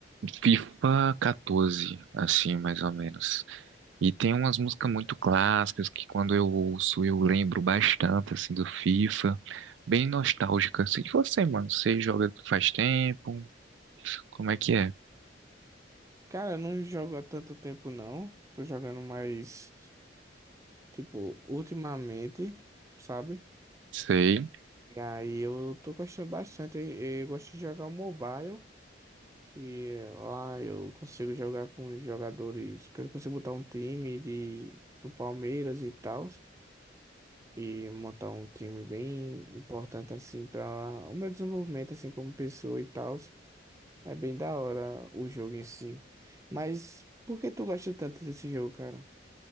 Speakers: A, on the right; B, on the right.
A: FIFA 14, assim, mais ou menos. E tem umas músicas muito clássicas que quando eu ouço eu lembro bastante, assim, do FIFA. Bem nostálgica. Assim, E você, mano, você joga faz tempo? Como é que é?
B: Cara, eu não jogo há tanto tempo, não. Tô jogando mais, tipo, ultimamente, sabe?
A: Sei,
B: E aí eu tô gostando bastante. Eu, eu gosto de jogar o mobile. que lá eu consigo jogar com os jogadores, que eu consigo botar um time de, do Palmeiras e tal, e montar um time bem importante assim para o meu desenvolvimento assim como pessoa e tal. É bem da hora o jogo em si. Mas por que tu gosta tanto desse jogo, cara?